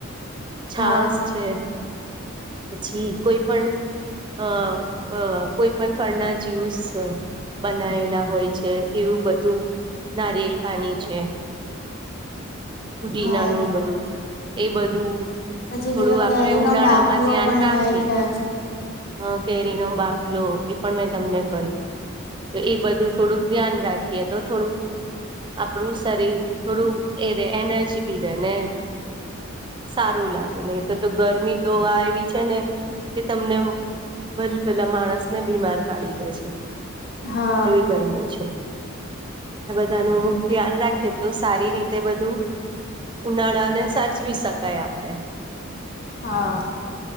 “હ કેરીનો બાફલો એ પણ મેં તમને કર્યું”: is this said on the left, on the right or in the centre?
Right